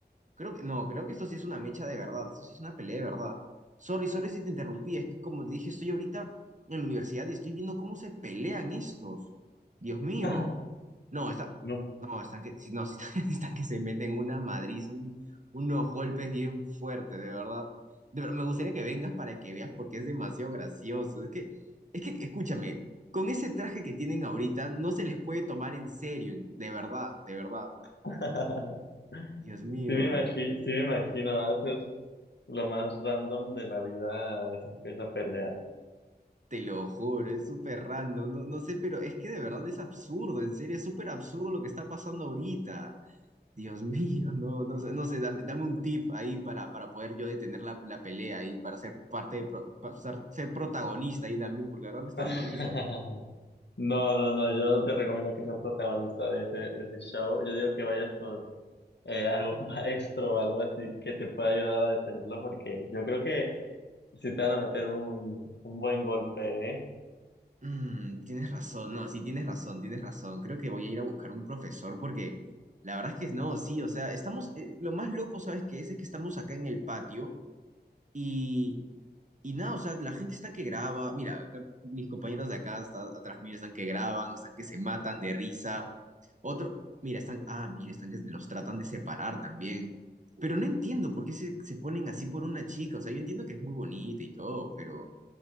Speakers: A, on the right (about 45°); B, on the left (about 85°).
A: Creo que, no, creo que esto sí es una mecha de verdad, esto sí es una pelea de verdad. Sorry, sorry si te interrumpí, es que como dije, estoy ahorita en la universidad y estoy viendo cómo se pelean estos. Dios mío.
B: <laughs>
A: No, está,
B: No.
A: no, están que, sí, no, sí están, <laughs> sí están que se meten una madriz, un- unos golpes bien fuertes, de verdad. De verdad, me gustaría que vengas para que veas porque es demasiado gracioso. Es que, es que, escúchame, con ese traje que tienen ahorita no se les puede tomar en serio, de verdad, de verdad.
B: <laughs>
A: Dios mío,
B: Sí me imagino, sí me imagino, va a ser lo más random de la vida esa, esa pelea.
A: te lo juro, es súper random, no, no sé, pero es que de verdad es absurdo, en serio, es súper absurdo lo que está pasando ahorita. Dios <laughs> mío, no, no sé, no sé, dame, dame un tip ahí para, para poder yo detener la, la pelea ahí, para ser parte de, pro- para ser, ser protagonista ahí también, porque ahora me está
B: <laughs>
A: dando risa.
B: No, no, no, yo no te recomiendo que seas protagonista de ese, de ese show. Yo digo que vayas con eh, algún <laughs> maestro o algo así que te pueda ayudar a detenerlo, porque yo creo que si te van a meter un, un buen golpe, ¿eh?
A: Mm, tienes razón, no, sí, tienes razón, tienes razón. Creo que voy a ir a buscar un profesor porque la verdad es que no, sí, o sea, estamos, eh, lo más loco, ¿sabes qué es? Es que estamos acá en el patio y Y nada, o sea, la gente está que graba. Mira, acá mis compañeros de acá, está- atrás mío, están que graban, están que se matan de risa. Otro, mira, están, ah, mira, están que los tratan de separar también. Pero no entiendo por qué se, se ponen así por una chica. O sea, yo entiendo que es muy bonita y todo, pero,